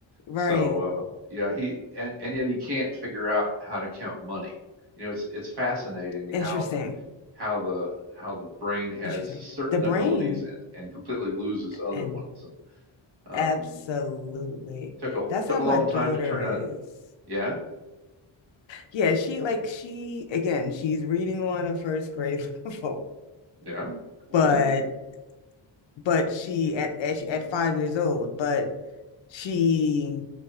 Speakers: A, on the left; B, on the right.
A: Right.
B: so uh, yeah, he and, and yet he can't figure out how to count money. You know, it's it's fascinating
A: Interesting.
B: how the how the how the brain has
A: Interesting.
B: certain
A: The brain
B: abilities and, and completely loses other
A: and
B: ones. And um,
A: absolutely.
B: took a
A: That's
B: took
A: how
B: a
A: my
B: long
A: daughter
B: time to turn out.
A: is.
B: It, yeah,
A: Yeah, she like she again, she's reading on a first grade <laughs> level,
B: yeah, cool.
A: but but she at at, at five years old, but she